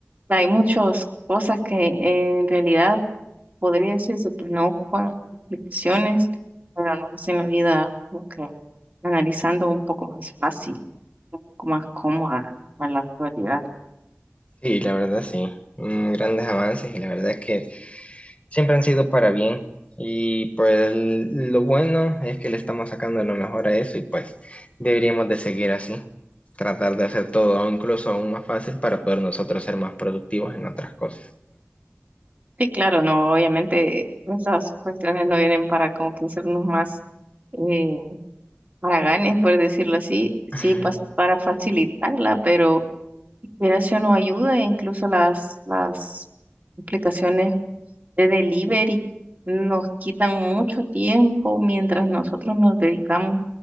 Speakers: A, on the right; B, on the left.
A: hay muchas cosas que eh, en realidad podría decirse que no ocupan aplicaciones, pero nos hacen la vida como que analizando un poco más fácil, un poco más cómoda en la actualidad.
B: Sí, la verdad sí, Mm, grandes avances y la verdad es que siempre han sido para bien. Y pues lo bueno es que le estamos sacando lo mejor a eso y pues deberíamos de seguir así, tratar de hacer todo aún- incluso aún más fácil para poder nosotros ser más productivos en otras cosas.
A: Sí, claro, no, obviamente esas cuestiones no vienen para como que hacernos más eh, haraganes, por decirlo así, sí,
B: Ujú.
A: pas- para facilitarla, pero Mira si uno ayuda, e incluso las, las aplicaciones de delivery nos quitan mucho tiempo mientras nosotros nos dedicamos